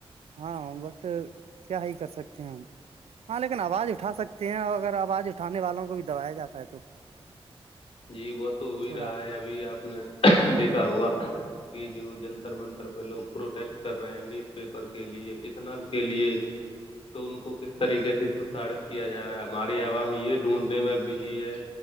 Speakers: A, on the right; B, on the left.
A: ہاں بٹ کیا ہی کر سکتے ہیں ہم ہاں لیکن آواز اٹھا سکتے ہیں اور اگر آواز اٹھانے والوں کو بھی دبایا جاتا ہے تو
B: جی وہ تو ہو ہی
A: تھوڑا
B: رہا ہے ابھی آپ نے دیکھا ہوا کہ جو جنتر منتر پہ لوگ پروٹیسٹ کر رہے ہیں نیوز پیپر کے لیے اتنال کے لیے تو ان کو کیا کس طریقے سے پرتاڑت کیا جا رہا ہے ہماری عوام یہ ڈھونڈنے میں بزی ہے